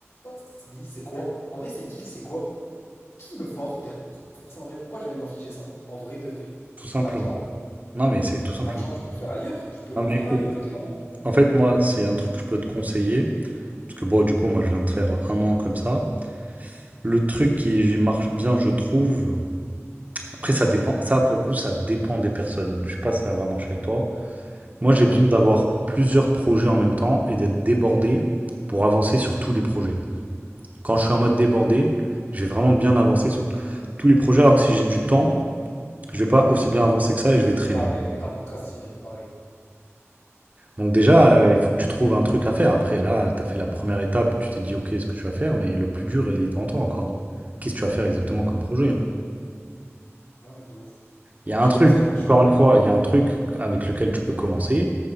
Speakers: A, on the left; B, on the right.
A: ce CDI? C'est quoi? En vrai, c'est qui? C'est quoi? Qui me force? Personne me force en vrai. Pourquoi je vais aller m'infliger ça? En vrai, de vrai.
B: tout simplement.
A: L'argent?
B: Non, mais c'est tout simplement.
A: L'argent, je peux le faire ailleurs. Je peux le
B: Non, mais
A: faire
B: écoute,
A: ailleurs, clairement.
B: en fait, moi, c'est un truc que je peux te conseiller. Parce que bon, du coup, moi, je viens de faire un an comme ça. Le truc qui marche bien, je trouve. Après, ça dépend. Ça, pour le coup, ça dépend des personnes. Je sais pas si ça va marcher avec toi. Moi,
A: Ouais.
B: j'ai besoin d'avoir plusieurs projets en même temps et d'être débordé pour avancer sur tous les projets. Quand je suis en mode débordé, je vais vraiment bien avancer sur t- tous les projets, alors que si j'ai du temps, je vais pas aussi bien avancer que ça et je vais traîner.
A: Pareil, je vais grave procrastiner, pareil.
B: Donc déjà, euh, il faut que tu trouves un truc à faire. Après, là, tu as fait la première étape, tu t'es dit, OK, ce que tu vas faire, mais le plus dur, il est devant toi encore. hein. Qu'est-ce que tu vas faire exactement
A: Ouais,
B: comme projet, hein
A: Ouais, ouais, de ouf.
B: Il y a
A: Et
B: un
A: j'ai
B: truc,
A: pensé à quelque
B: encore
A: chose.
B: une fois, il y a un truc avec lequel tu peux commencer,